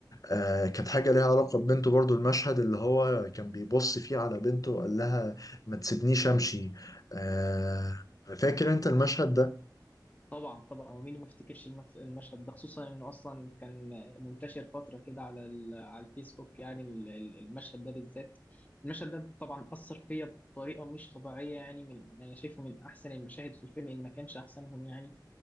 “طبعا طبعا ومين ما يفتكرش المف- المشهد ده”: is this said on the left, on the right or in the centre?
Left